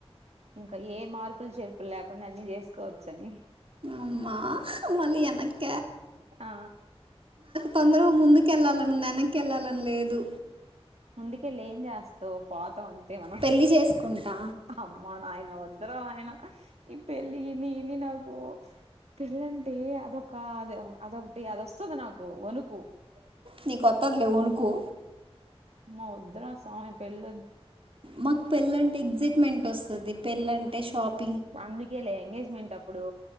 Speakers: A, on the right; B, on the right.
A: ఇంకా ఏ మార్పులు చెర్పులు లేకుండా అన్ని చేసుకోవచ్చ అని
B: అమ్మ మళ్లీ వెనక్కి
A: ఆ
B: తొందరగా ముందుకెళ్ళాలని ఉంది వెనక్కి వెళ్ళాలని లేదు
A: ముందు కెళ్ళి ఏం చేస్తావ్ పోత అంది అంతే మనం
B: పెళ్ళి చేసుకుంటా
A: అమ్మా నాయన వద్దర నాయన పెళ్ళి నీ ఇని నాకు పెళ్ళి అంటే అదొక అది అదొకటి అదిొస్తుంది నాకు వనుకు
B: నీ కొత్తదిలే వనుకో
A: అమ్మ వద్దురా సామీ పెళ్లి
B: మాకు పెళ్ళ అంటే ఎగ్జైట్మెంట్ వస్తుది పెళ్ళంటే షాప్
A: అందుకేలే ఎంగేజ్మెంట్ అప్పుడు